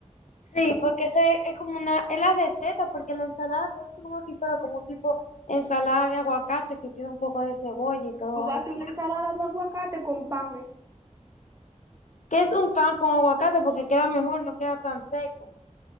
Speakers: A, on the left; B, on the right.
A: Sí, porque ese es como una, es la receta, porque la ensalada todo es como si fuera como un tipo ensalada de aguacate que tiene un poco de cebolla y todo
B: Tú vas
A: eso.
B: a hacer una ensalada de aguacate con pan, ¿eh?
A: Que es un pan con aguacate porque queda mejor, no queda tan seco.